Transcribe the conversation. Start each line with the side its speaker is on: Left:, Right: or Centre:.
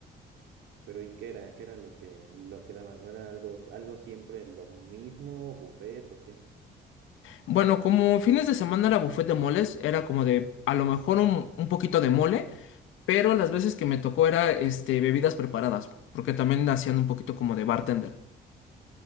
Right: Pero ¿y qué era? ¿Qué era lo que, lo que daban? ¿No era algo, algo siempre lo mismo, buffet o qué?
Left: Bueno, como fines de semana era buffet de moles, era como de a lo mejor un, un poquito de mole, pero las veces que me tocó era este bebidas preparadas, porque también hacían un poquito como de bartender.